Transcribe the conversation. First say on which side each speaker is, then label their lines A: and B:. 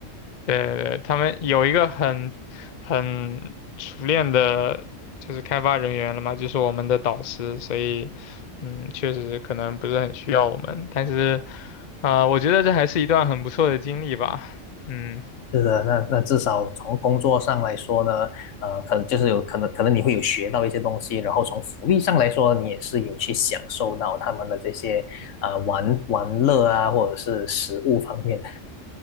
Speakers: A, on the left; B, on the left.
A: 对对对，他们有一个很很熟练的，就是开发人员了嘛，就是我们的导师，所以，嗯，确实可能不是很需要我们，但是，啊、我觉得这还是一段很不错的经历吧，嗯。
B: 是的，那那至少从工作上来说呢，呃，可能就是有可能可能你会有学到一些东西，然后从福利上来说，你也是有去享受到他们的这些呃玩玩乐啊，或者是食物方面的。